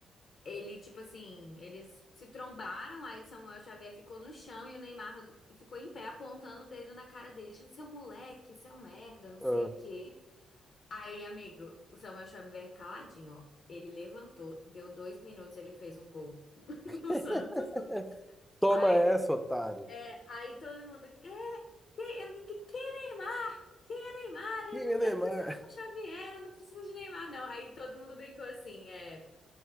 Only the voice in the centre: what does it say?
ah.
<laughs>
Toma
essa, otário.
E aí,
Neymar?